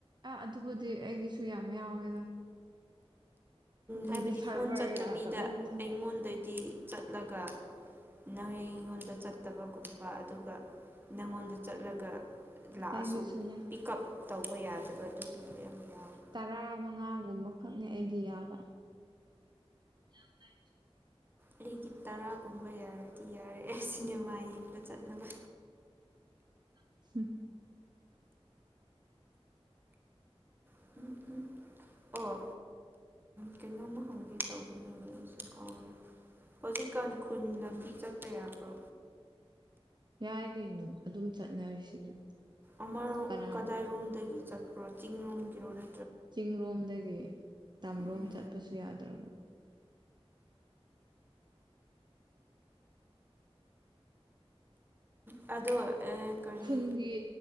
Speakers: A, on the right; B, on the right.
A: ꯑꯥ ꯑꯗꯨꯕꯨꯗꯤ ꯑꯩꯒꯤꯁꯨ ꯌꯥꯝ ꯌꯥꯎꯋꯦꯗ ꯑꯗꯨꯗꯤ
B: ꯍꯥꯏꯕꯗꯤ
A: ꯁꯔꯚꯔ
B: ꯐꯣꯟ ꯆꯠꯇꯕꯤꯗ
A: ꯌꯥꯗꯕ ꯃꯇꯝ
B: ꯑꯩꯉꯣꯟꯗꯗꯤ ꯆꯠꯂꯒ ꯅꯪ ꯑꯩꯉꯣꯟꯗ ꯆꯠꯇꯕꯒꯨꯝꯕ ꯑꯗꯨꯒ ꯅꯪꯉꯣꯟꯗ ꯆꯠꯂꯒ ꯂꯥꯛꯑꯁꯨ
A: ꯑꯩꯒꯤꯁꯨꯅꯦ
B: ꯄꯤꯛ ꯎꯞ ꯇꯧꯕ ꯌꯥꯗꯕ ꯑꯗꯨꯒꯨꯝꯕ ꯌꯥꯝ ꯌꯥꯎꯋꯦ
A: ꯇꯔꯥ ꯃꯉꯥꯒꯨꯝꯕꯈꯛꯅꯦ ꯑꯩꯒꯤ ꯌꯥꯕ <inaudible>
B: ꯑꯩꯒꯤ ꯇꯔꯥꯒꯨꯝꯕ ꯌꯥꯔꯗꯤ ꯌꯥꯔꯛꯑꯦ ꯁꯤꯅꯦꯃꯥ ꯌꯦꯡꯕ ꯆꯠꯅꯕ
A: <inaudible>
B: <inaudible> ꯑꯣ ꯀꯩꯅꯣꯝꯃ ꯍꯪꯒꯦ ꯇꯧꯕꯅꯤꯅꯦ ꯑꯩꯁꯦ ꯀꯥꯎꯔꯦ ꯍꯧꯖꯤꯛꯀꯥꯟ ꯈꯨꯟ ꯂꯝꯕꯤ ꯆꯠꯄ ꯌꯥꯕ꯭ꯔꯣ
A: ꯌꯥꯏ ꯀꯩꯅꯣ ꯑꯗꯨꯝ ꯆꯠꯅꯔꯤꯁꯤꯗꯤ
B: ꯑꯃꯔꯣꯝ
A: ꯀꯅꯥ
B: ꯀꯗꯥꯏꯔꯣꯝꯗꯒꯤ ꯆꯠꯄ꯭ꯔꯣ ꯆꯤꯡꯔꯣꯝꯒꯤꯔꯣꯅ
A: ꯆꯤꯡ ꯂꯣꯝꯗꯒꯤ ꯇꯝꯂꯣꯝ
B: ꯎꯝ
A: ꯆꯠꯄꯁꯨ ꯌꯥꯗ꯭ꯔꯕ
B: ꯑꯗꯣ ꯀꯔꯤ
A: ꯈꯨꯟꯒꯤ